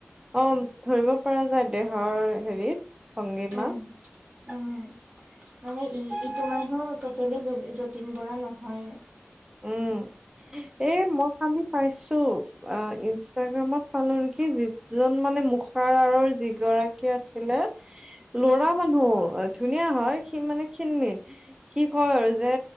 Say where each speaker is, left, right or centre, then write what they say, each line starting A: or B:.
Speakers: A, on the right (about 15°); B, on the right (about 35°).
A: অহ ' ধৰিব <unintelligible> পৰা যায় দেহৰ হেৰিত। ভংগিমা।
B: উম উম। মানে ই ইটো মানুহৰ। তেটেলি যতীন বৰা নহয়ে।
A: উম, এ মই কালি পাইছো এহ ইনষ্টা ত ইনষ্টাগ্ৰামত পালো নেকি যিজন মানে মুখাৰাৰৰ যিগৰাকী আছিলে। লৰা
B: উম
A: মানু্হ। ধুনীয়া হয়, সি মানে ক্ষীণমিন। সি কয় আৰু যে